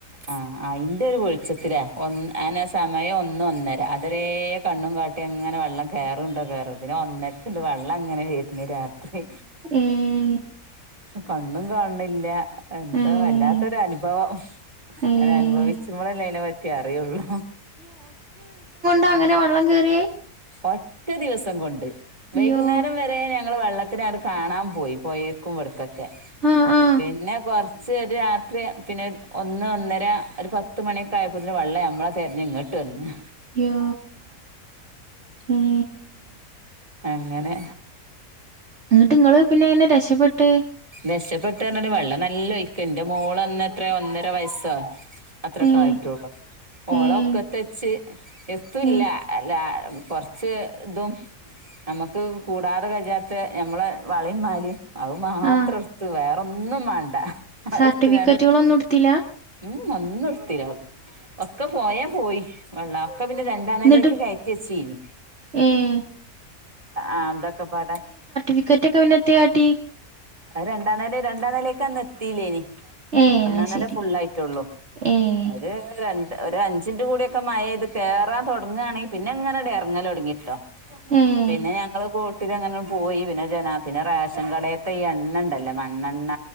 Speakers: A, on the right (about 25°); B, on the right (about 50°).
A: ആ അയിന്റെ ഒരു വെളിച്ചത്തിലാ ഒന്ന് അനെ സമയം ഒന്ന് ഒന്നര അതരേ കണ്ണും കാ എങ്ങനെ വെള്ളം കേറുണ്ടോ കേയറും പിന്നെ ഒന്നരക്ക ഉണ്ട് വള്ളം അങ്ങനെ അന്നെ രാത്രി
B: ഏഹ്
A: കണ്ണും കാണണില്ല എന്താ
B: ഏഹ്
A: വല്ലാത്തൊരു അനുഭവം
B: ഏഹ്
A: അങ്ങനെ അനുഭവിച്ച്പോളല്ലേ അയണേ പറ്റിയ അറിയുള്ളൂ
B: കൊണ്ടാ അങ്ങനെ വെള്ളം കേറിയെ
A: ഒറ്റ ദിവസം കൊണ്ട് വൈകുന്നേരം
B: യ്യോ
A: വരെ ഞങ്ങള്ൾ വെള്ളത്തി അനട് കാണാൻ പോയി പോയേക്കും ഇടക്കൊക്കെ
B: ആഹ് ആഹ്
A: പിന്നെ കുറച്ച് ഒരു രാത്രി പിന്നെ ഒന്ന് ഒന്നര ഒരു പത്ത് മണിയൊക്കെ ആയപ്പോതിന് വെള്ളം നമ്മളെ തിരഞ് ഇങ്ങോട്ട് ട്ടന്ന
B: യാ ഉം
A: അങ്ങനെ
B: എന്നിട്ട് നിങ്ങൾ പിന്നെ എങ്ങനെ രക്ഷപ്പെട്ടെ
A: രക്ഷപ്പെട്ട പറഞ്ഞല് വെള്ളം നല്ലോഴിക്ക എന്റെ മോളന്ന എത്രയോ ഒന്നര വയസോ അത്രക്കെ
B: ഏഹ്
A: ആയിട്ടുള്ളൂ ഓളൊക്കെ
B: ഏഹ്
A: തച്ച് എത്തുല്ല
B: ഏഹ്
A: അല്ല കുറച്ച് ഇതും നമക്ക് കൂടാതെ കഴിയാത്ത നമ്മടെ വളീം മാലിം അത് മാത്രം
B: ആഹ്
A: എടുത്ത് വേറെൊ ഒന്നും വേണ്ട അടുത്ത്കാണ്ട്
B: സർട്ടിഫിക്കറ്റുകളൊന്നും എടുത്തില്ല
A: ഉം ഒന്നും എടുത്തീരാ ഒക്കെ പോയാ പോയി വെള്ള ഒക്കെ പിന്നെ രണ്ടാന്നലേക്ക്
B: എന്നിട്ട്
A: കയറ്റ വെച്ചീനി
B: ഏഹ്
A: ആഹ് ദൊക്ക പാട
B: വിക്കറ്റ്റ്റൊക്ക വിനത്തിയാട്ടി
A: രണ്ടാം നില രണ്ടാം നിലക്കെന്ന് എത്തില്ലേനി
B: ഏഹ്
A: ഒന്നാംന്നലാ
B: അത് ശരി
A: ഫുുള്ളായിട്ടള്ളു
B: ഏഹ്
A: ഒരു രണ്ട് ഒരഞ്ചിൻ് കൂടിയൊക്കെ മഴ ഇത് കയറാൻ തുടങ്ങുകയാണെങ്കിൽ ന്നെങ്ങനെ ഇറങ്ങൽ തുടങ്ങിട്ടോ
B: ഏഹ്
A: പിന്നെ ഞങ്ങള് വോട്ടിലങ്ങനെ പോയി പിന്നെ ജനാത്തിെ റേഷൻ കട ഇ എണ്ണ ഉണ്ടല്ലോ മണ്ണെണ്ണ